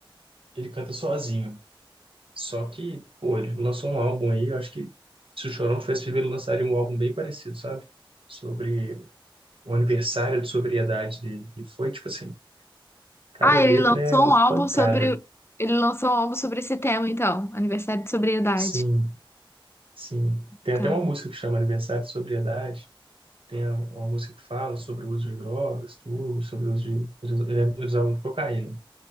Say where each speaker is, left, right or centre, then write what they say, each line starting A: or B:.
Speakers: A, on the right; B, on the left.
A: ele canta sozinho. Só que, pô, ele lançou um álbum aí, eu acho que se o Chorão tivesse vivo, ele lançaria um álbum bem parecido, sabe? Sobre o aniversário de sobriedade dele. E foi, tipo assim, cada
B: Ah,
A: letra
B: ele lançou
A: é uma
B: um álbum
A: pancada.
B: sobre. Ele lançou um álbum sobre esse tema, então. Aniversário de sobriedade.
A: Sim, sim. Tem
B: Tá.
A: até uma música que chama Aniversário de Sobriedade. Tem a- uma música que fala sobre o uso de drogas, tudo, sobre o uso de... Eles eles usavam cocaína.